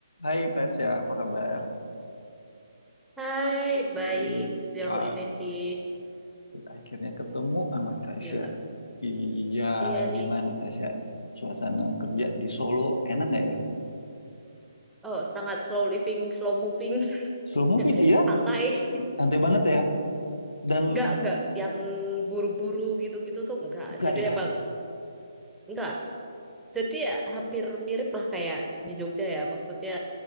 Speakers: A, on the left; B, in the centre.
A: Hai Tasya, apa kabar?
B: Hai, baik
A: Eh,
B: sejauh
A: Ya,
B: ini sih.
A: oke. Akhirnya ketemu sama Tasya.
B: Gila.
A: Iya,
B: Iya nih.
A: gimana Tasya? Suasana kerja di Solo enak nggak ya?
B: Oh, sangat slow living, slow moving.
A: Slow moving,
B: <laughs>
A: iya?
B: Santai.
A: Santai banget ya? Dan
B: <laughs> Enggak, enggak. Yang buru-buru gitu-gitu tuh enggak.
A: enggak
B: Jadi
A: ya?
B: emang enggak. Jadi ya hampir mirip lah kayak di Jogja ya. Maksudnya,